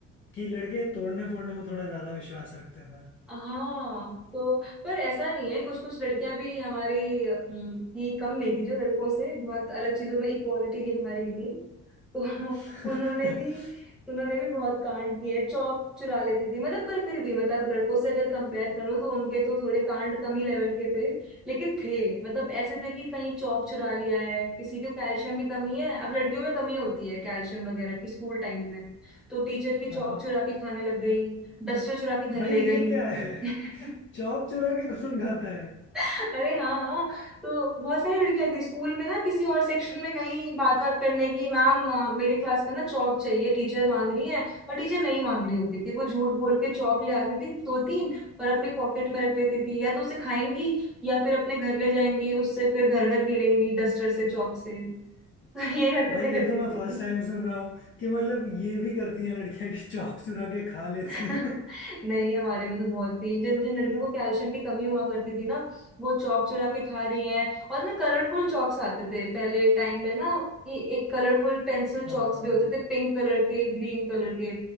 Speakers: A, on the left; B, in the centre.
A: कि लड़के तोड़ने फोड़ने में थोड़ा ज्यादा विश्वास रखते थे
B: हाँ तो पर ऐसा नहीं है कुछ कुछ लड़कियां भी हमारी अम, ही कम नहीं थी जो लड़कों से बहुत अलग चीजों में इक्वालिटी निभा रही थी तो <laughs>
A: <laughs>
B: उन्होंने भी उन्होंने भी बहुत कांड किए हैं चौक चुरा लेती थी मतलब पर फिर भी मतलब लड़कों से अगर कंपेयर करूँ तो उनके तो थोड़े कांड कम ही लेवल के थे लेकिन थे मतलब ऐसे थे कि कहीं चौक चुरा लिया है किसी को कैल्शियम की कमी है अब लड़कियों में कमी होती है कैल्शियम वगैरह की स्कूल टाइम में तो टीचर की चौक
A: हाँ
B: चुरा के खाने लग गई डस्टर चुरा के घर
A: भाई
B: ले गई
A: ये क्या है
B: <laughs>
A: चौक चुरा के कौन खाता है
B: अरे हाँ हाँ तो बहुत सारी लड़कियां थी स्कूल में ना किसी और सेक्शन में गई बात बात करने की मैम अ, मेरे क्लास में ना चौक चाहिए टीचर मांग रही है और टीचर नहीं मांग रही होती थी वो झूठ बोल के चौक ले आती थी दो तीन और अपनी पॉकेट में रख लेती थी या तो उसे खाएंगी या फिर अपने घर ले जाएंगी उससे फिर घर घर खेलेंगी डस्टर से चौक से तो ये हरकतें
A: भाई ये
B: करती
A: तो मैं
B: थी
A: फर्स्ट टाइम सुन रहा हूँ कि मतलब ये भी करती हैं लड़कियां कि चौक चुरा के खा लेती
B: <laughs> नहीं
A: हैं
B: नहीं हमारे में तो बहुत ही जिन जिन लड़कियों को कैल्शियम की कमी हुआ करती थी ना वो चौक चुरा के खा रही हैं और ना कलरफुल चौक्स आते थे पहले टाइम में ना ये एक कलरफुल पेंसिल
A: <laughs>
B: चौक्स
A: हाँ
B: भी होते थे पिंक कलर के ग्रीन कलर के